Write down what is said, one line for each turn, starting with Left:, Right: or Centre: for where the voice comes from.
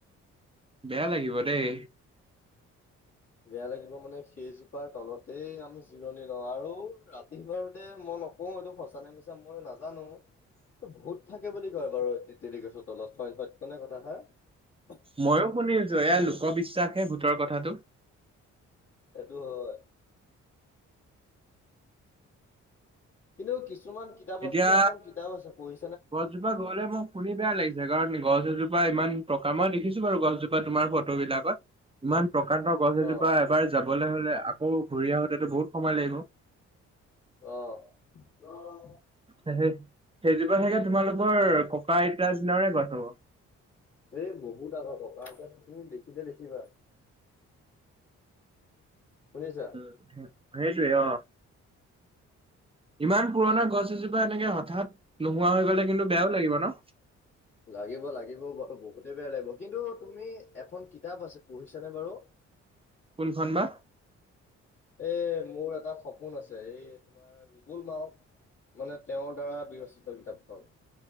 Right: বেয়া লাগিব দেই।
Left: বেয়া লাগিব মানে সেইজোপাৰ তলতেই আমি জিৰণি লওঁ আৰু ৰাতি বাাৰোতে মই নকওঁ এইটো সঁচা নে মিছা মই নাজানো। ভুত থাকে বুলি কয় বাৰু তেতেলি তলত সইন সত্য নে কথা খাৰ।
Right: ময়ো শুনিলো যে এয়া লোকবিশ্বাস হে ভোটৰ কথাটো।
Left: সেইটো হয়। কিন্তু কিছুমান কিতাপত
Right: এতিয়া
Left: তুমি এখন কিতাপ আছে পঢ়ি --
Right: গছজোপা গলে মোক শুনি বেয়া লাগিছে কাৰণ গছ এজোপা ইমান প্ৰকা মই দেখিছো বাৰু গছজোপা তোমাৰ ফটো বিলাকত ইমান প্ৰকাণ্ড গছ এজোপা
Left: অ
Right: এবাৰ যাবলৈ আকৌ ঘূৰি আহোতেটো বহুত সময় লাগিব।
Left: অঁ অঁ।
Right: সেই সেইজোপা চাগে তোমালোকৰ ককা - আইতাৰ দিনাৰে গছ হ'ব।
Left: এই বহুত আগ ককাক তুমি দেখিলে দেখিবা। শুনিছা
Right: উম সেইটোৱে অ' ইমান পুৰণা গছ এজোপা এনেকে হঠাৎ নোহোৱা হৈ গলে কিন্তু বেয়াও লাগিব ন।
Left: লাগিব - লাগিব বাৰু বহুতে বেয়া লাগিব, কিন্তু তুমি এখন কিতাপ আছে পঢ়িছানে বাৰু। <unintelligible>
Right: কোন বা?
Left: এ মোৰ এটা সপোন আছে এই তোমাৰ ৰুবুল মাও মানে তেওঁৰ দ্বাৰা বিৰচিত কিতাপখন।